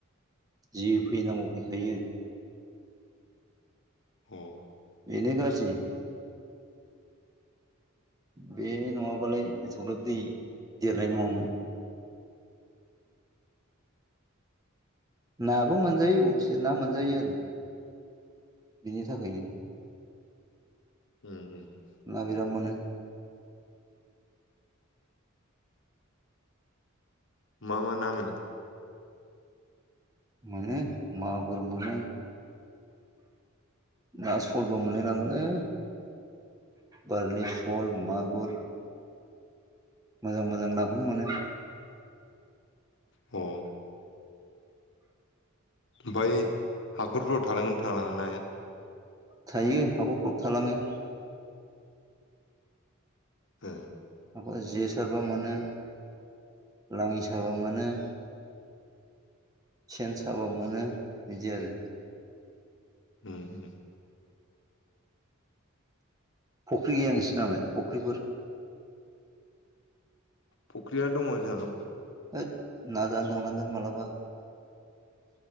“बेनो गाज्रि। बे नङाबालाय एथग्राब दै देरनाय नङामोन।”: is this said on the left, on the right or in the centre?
Right